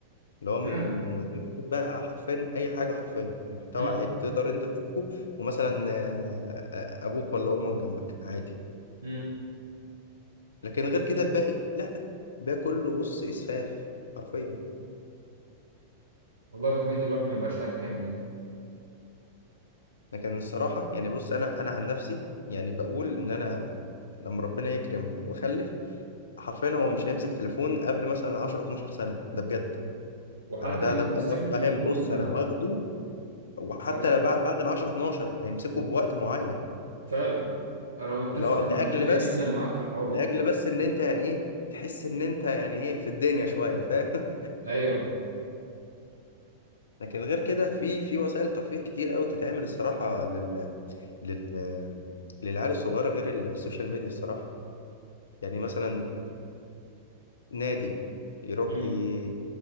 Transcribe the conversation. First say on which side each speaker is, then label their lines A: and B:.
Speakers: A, on the left; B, on the right.
A: اللي هو من
B: فعلا
A: من غير بقى حرفيا اي حاجه حرفيا محتوى
B: امم
A: عادي تقدر انت تشوفه ومثلا آه، آه، ابوك ولا امك جنبك عادي
B: امم
A: لكن غير كده الباقي لا ده كله بص اسفاف حرفيا
B: والله يا ابو حميد الواحد ما بقاش عارف يعمل ايه
A: لكن الصراحة يعني بص أنا أنا عن نفسي يعني بقول إن أنا لما ربنا يكرم وأخلف حرفيا هو مش هيمسك تليفون قبل مثلا 10 12 سنة ده بجد
B: وحتى
A: أنا ده
B: لما
A: ده قرار
B: مسكت التليفون
A: فاهم بص
B: انا
A: أنا واخده وحتى
B: اه
A: بع- بعد ال 10 12 هيمسكه بوقت معين
B: فعلا انا متفق
A: اللي هو لأجل
B: متفق
A: <laughs>
B: جدا
A: بس
B: معاك في الحوار
A: لأجل
B: ده
A: بس إن أنت يعني إيه تحس إن أنت يعني إيه في الدنيا شوية فاهم
B: ايوه
A: <laughs> لكن غير كده في في وسائل ترفيه كتير أوي تتعمل الصراحة لل لل للعيال الصغيرة غير السوشيال ميديا الصراحة يعني مثلا نادي يروح
B: امم
A: ي-